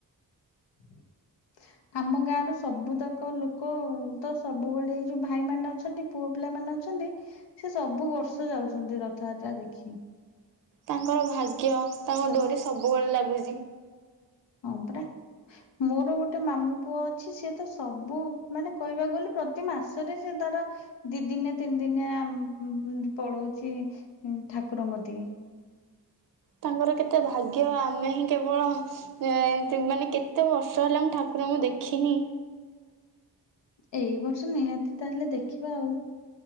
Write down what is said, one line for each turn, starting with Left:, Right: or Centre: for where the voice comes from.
Left: <inaudible> ଆମ ଗାଁ ର ସବୁତକ ଲୋକ ତ ସବୁବେଳେ ଏଇ ଯୋଉ ଭାଇମାନେ ଅଛନ୍ତି। ପୁଅ ପିଲାମାନେ ଅଛନ୍ତି, ସେ ସବୁ ବର୍ଷ ଯାଉଛନ୍ତି ରଥଯାତ୍ରା ଦେଖି।
Right: ତାଙ୍କର ଭାଗ୍ୟ ତାଙ୍କ ଡୋରି ସବୁବେଳେ ଲାଗୁଚି।
Left: ହଁ ପରା। ମୋର ଗୋଟେ ମାମୁ ପୁଅ ଅଛି ସିଏ ତ ସବୁ ମାନେ କହିବାକୁ ଗଲେ ପ୍ରତି ମାସରେ ସେ ତାର ଦି ଦିନେ ତିନି ଦିନିଆ ପଳଉଛି ଠାକୁରଙ୍କ କତିକି।
Right: ତାଙ୍କର କେତେ ଭାଗ୍ୟ ଆମେ ହିଁ କେବଳ ଏମିତି ମାନେ କେତେ ବର୍ଷ ହେଲା ମୁଁ ଠାକୁରଙ୍କୁ ଦେଖିନି।
Left: ଏଇ ବର୍ଷ ନିହାତି ତାହେଲେ ଦେଖିବା ଆଉ।